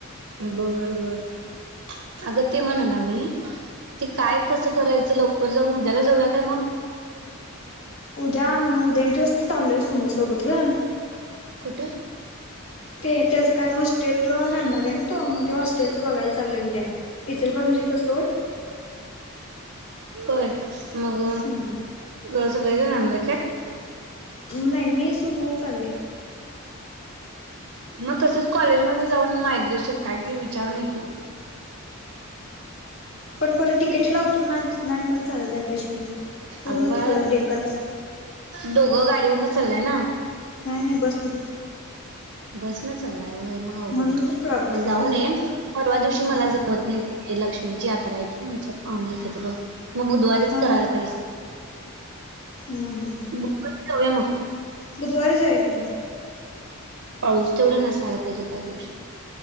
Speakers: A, on the right (about 85°); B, on the left (about 80°).
A: बर, बर अगं ते म्हणोना मी ते काय कसं करायच लवकर जाऊन उद्याला जाऊया काय मग?
B: उद्या ना उ उद्या एक दिवस मी चालोय हे सुमोसोबत ग.
A: कुठ?
B: ते त्याचं काय हॉस्टेलवर राहणार आहे ना तो मग ते हॉस्टेलचं बघायला चाललंय उद्या. इचल करूनजीच सोड
A: होय मग
B: ह
A: गर सगयच जाणार काय?
B: नाही मी समुहु चालले.
A: मग तसच कॉलेजमध्ये जाऊन मायग्रेशन काय ते विचारूनी येईल की.
B: पण परत तिकेटीला उतरून आणि तिथं आणि मला चाललं जाय पाहिजे की मग पूर्ण
A: अगं बाळ
B: तिकडं डेकनंद
A: दोघं गाडीवर न चाललंय ना?
B: नाही, नाही बस नी.
A: बस न चाललाय होय मग अघड
B: म्हणून
A: होईल
B: तर प्रॉब्लेम
A: मग जाऊन
B: आहे ग.
A: ये परवा दिवशी
B: हा
A: मला ज लक्ष्मीची यात्रा आहे की आमच्यात पाहुणे येतात ग मग बुधवारी तेच
B: हा
A: करायला पाहिजे.
B: हम्म, हम्म.
A: बुक करुन जाऊया मग.
B: बुधवार जाऊया की मग.
A: पाऊस तेवढा नसायला पाहिजे त्या दिवशी.